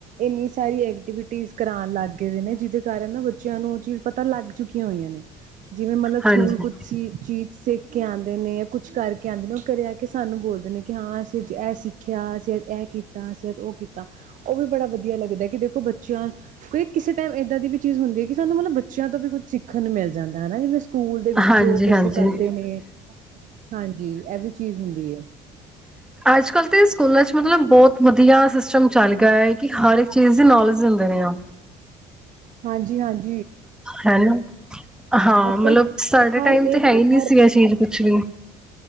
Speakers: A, on the right; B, in the centre.
A: ਇੰਨੀ ਸਾਰੀ ਐਕਟੀਵਿਟੀਸ ਕਰਵਾਣ ਲੱਗ ਨੇ ਜਿਹਦੇ ਕਾਰਨ ਨਾ ਬੱਚਿਆਂ ਨੂੰ ਉਹ ਚੀਜ਼ ਪਤਾ ਲੱਗ ਚੁੱਕੀਆਂ ਹੋਈਆਂ ਨੇ, ਜਿਵੇਂ ਮਤਲਬ ਸਕੂਲ
B: ਹਾਂਜੀ
A: ਕੁਛ ਚੀਜ਼ ਸਿੱਖ ਕੇ ਆਦੇ ਨੇ ਜਾਂ ਕੁਛ ਕਰਕੇ ਆਦੇ ਨੇ ਉਹ ਆਕੇ ਸਾਨੂੰ ਬੋਲਦੇ ਨੇ ਕਿ ਹਾਂ ਅਸੀਂ ਅਜ ਇਹ ਸਿੱਖਿਆ, ਅਸੀਂ ਅੱਜ ਇਹ ਕੀਤਾ, ਅਸੀਂ ਅੱਜ ਉਹ ਕੀਤਾ, ਉਹ ਵੀ ਬੜਾ ਵਧੀਆ ਲੱਗਦਾਏ। ਕਿ ਦੇਖੋ ਬੱਚਿਆਂ ਕੋਈ ਕਿਸੇ ਟਾਈਮ ਏਦਾਂ ਦੀ ਵੀ ਚੀਜ਼ ਹੁੰਦੀ ਏ। ਕਿ ਸਾਨੂੰ ਮਤਲਬ ਬੱਚਿਆਂ ਤੋਂ ਵੀ ਕੁੱਝ ਸਿੱਖਨ ਨੂੰ ਮਿਲ ਜਾਂਦਾ ਹਨਾ ਜਿਵੇਂ ਸਕੂਲ ਦੇ ਵਿੱਚੋਂ
B: ਹਾਂਜੀ
A: ਕੁਛ
B: ਹਾਂਜੀ
A: ਕਰਦੇ ਨੇ, ਹਾਂਜੀ ਇਹ ਵੀ ਚੀਜ਼ ਹੁੰਦੀ ਹੈ
B: ਅੱਜ ਕੱਲ ਤੇ ਸਕੂਲਾਂ ਚ ਮਤਲਬ ਬਹੁਤ ਵਧੀਆ ਸਿਸਟਮ ਚੱਲ ਗਿਆ ਏ। ਕਿ ਹਰ ਇੱਕ ਚੀਜ਼ ਦੀ ਨੌਲੇਜ ਦਿੰਦ ਪਏ ਆ।
A: ਹਾਂਜੀ, ਹਾਂਜੀ।
B: ਹੈਨਾ, ਹਾਂ
A: ਅੱਜ-ਕੱਲ੍ਹ
B: ਮਤਲਬ ਸਾਡੇ
A: ਹਰ
B: ਟਾਈਮ ਤੇ
A: ਇੱਕ
B: ਹੈ ਈ ਨਈ
A: ਹਰ
B: ਸੀ ਇਹ ਚੀਜ਼ ਕੁਛ ਵੀ।